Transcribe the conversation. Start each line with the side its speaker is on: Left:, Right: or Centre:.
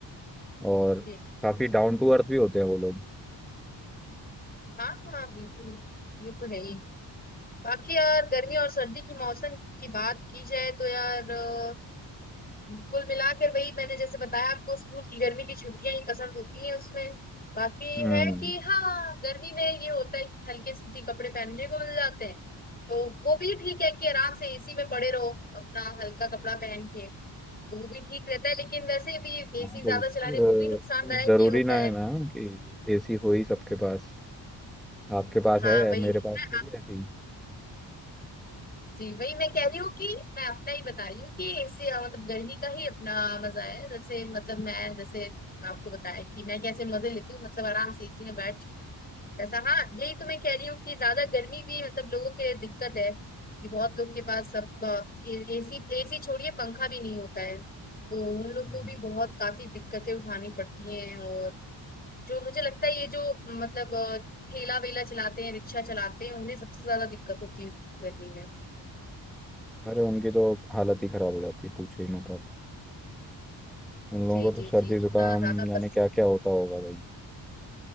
Centre: और
Left: जी जी जी।
Centre: काफी डाउन टू अर्थ भी होते हैं वो लोग
Left: हाँ हाँ बिल्कुल ये तो है ही बाकी यार गर्मी और सर्दी की मौसम की बात की जाए तो यार अ, कुल मिलाकर वही मैंने जैसे बताया आपको स्कूल की गर्मी की छुट्टियां ही पसंद होती हैं उसमें बाकी
Centre: हम्म
Left: है कि हाँ गर्मी में ये होता है कि हल्के सूती कपड़े पहनने को मिल जाते हैं तो वो भी ठीक है कि आराम से एसी में पड़े रहो अपना हल्का कपड़ा पहन के तो वो भी ठीक रहता है लेकिन वैसे भी
Centre: हाँ
Left: एसी
Centre: तो
Left: ज्यादा चलाने वो भी नुकसानदायक
Centre: अ, जरूरी
Left: ही होता
Centre: ना है
Left: है
Centre: ना कि एसी हो ही सबके पास आपके पास
Left: हाँ
Centre: है
Left: वही
Centre: मेरे पास
Left: मैं
Centre: थोड़ी है ऐसी
Left: जी वही मैं कह रही हूँ कि मैं अपना ही बता रही हूँ कि इससे अ, मतलब गर्मी का ही अपना मजा है जैसे मतलब मैं जैसे आपको बताया कि मैं कैसे मजे लेती हूँ मतलब आराम से इसी में बैठ ऐसा हाँ यही तो मैं कह रही हूँ कि ज्यादा गर्मी भी मतलब लोगों के दिक्कत है कि बहुत लोग के पास सब एसी एसी छोड़िए पंखा भी नहीं होता है तो उन लोग
Centre: गुड
Left: को भी बहुत काफी दिक्कतें उठानी पड़ती हैं और जो मुझे लगता है ये जो मतलब अ, ठेला वेला चलाते हैं रिक्शा चलाते हैं उन्हें सबसे ज्यादा दिक्कत होती है गर्मी में
Centre: अरे उनकी तो हालत ही खराब हो जाती है पूछो ही मत आप उन लोगों
Left: जी
Centre: को
Left: जी
Centre: तो सर्दी
Left: जी इतना
Centre: जुकाम
Left: ज्यादा
Centre: जाने
Left: पसीना
Centre: क्या क्या होता होगा भाई